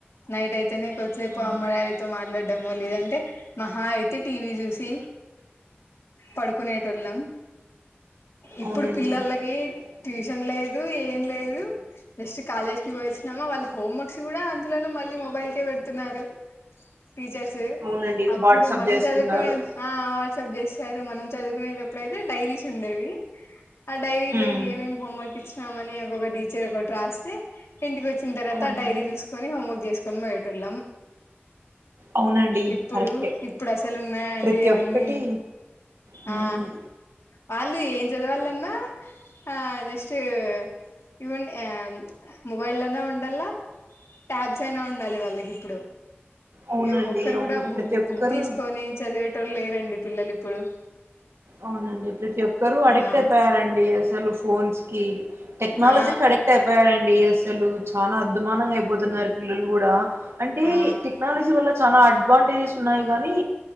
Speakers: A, on the left; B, on the right.
A: నైట్ అయితేనే కొంసేపు
B: ఆ,
A: అమ్మ డాడీ తో మాట్లాడడం మో లేదంటే మహా అయితే టీవీ చూసి పడుకునేటోళ్లం ఇప్పుడు
B: అవునండి
A: పిల్లలకి ట్యూషన్ లేదు ఏం లేదు జస్ట్ కాలేజ్ కి పోయి వచ్చినామా వాళ్ళ హోమ్వర్క్స్ కూడా అందులోన మళ్ళీ మొబైల్ కే పెడుతున్నారు టీచర్స్
B: అవునండి.
A: అప్పుడు
B: వాట్సాప్
A: మనం
B: జేస్తున్నారు.
A: చదువుకునే ఆ వాట్సాప్ చేసారు మనం చదువుకునేటప్పుడు అయితే డైరీస్ ఉండేవి ఆ డైరీలో
B: హ్మ్.
A: ఏమేమి హోమ్వర్క్ ఇచ్చినామని ఒక్కొక్క టీచర్ ఒకటి రాస్తే ఇంటికి వచ్చిన తర్వాత
B: అవునండి.
A: డైరీ చూసుకొని హోంవర్క్ చేసుకొని పోయేటోళ్లం
B: అవునండి.
A: ఇప్పుడు
B: కరెక్టే.
A: ఇప్పుడు అసలు ఉన్నాయా అండి
B: ప్రతి
A: అవన్నీ
B: ఒక్కటి హ్మ్.
A: ఆ వాళ్ళు ఏం చదవాలన్నా ఆ జస్ట్ ఇవన్ ఆ మొబైల్ లోనే ఉండలా ట్యాబ్స్ అయినా ఉండాలి వాళ్ళకి ఇప్పుడు
B: అవునండి.
A: ఏ ఒక్కరు
B: అవును.
A: కూడా బుక్
B: ప్రతి ఒక్కరు
A: బుక్ తీసుకొని చదివే టోళ్లులేరండి పిల్లలు ఇప్పుడు
B: అవునండి ప్రతి ఒక్కరు అడిక్ట్
A: ఆ
B: అయిపోయారండి అసలు ఫోన్స్ కి టెక్నాలజీకి
A: ఆ
B: అడిక్ట్ అయిపోయారండి అసలు చాలా అద్మానంగా అయిపోతున్నారు పిల్లలు కూడా అంటే
A: ఆ
B: టెక్నాలజీ వల్ల చాలా అడ్వాంటేజెస్ ఉన్నాయి గాని